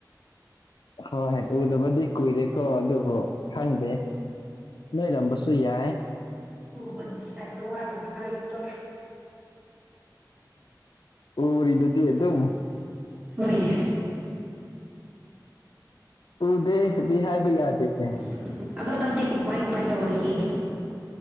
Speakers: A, on the left; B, on the right.
A: ꯍꯣꯏ ꯍꯣꯏ ꯎꯗꯕꯗꯤ ꯀꯨꯏꯔꯦꯀꯣ ꯑꯗꯨꯕꯨ ꯈꯪꯗꯦ ꯅꯣꯏꯔꯝꯝꯕꯁꯁꯨ ꯌꯥꯏ
B: ꯑꯣꯕꯒꯤ ꯇꯥꯏꯇ ꯋꯥꯂꯒꯀꯣ
A: ꯑꯣꯔꯤꯗꯨꯇ ꯍ ꯇ
B: ꯍꯣꯏꯅꯦ
A: ꯎꯗꯦ ꯍꯥꯏꯕꯩ ꯌꯥꯗꯦꯦ
B: ꯎꯝ ꯑꯗꯣ ꯅꯪꯗꯤ ꯀꯃꯥꯏ ꯀꯃꯥꯏ ꯇꯧꯔꯤꯒꯦ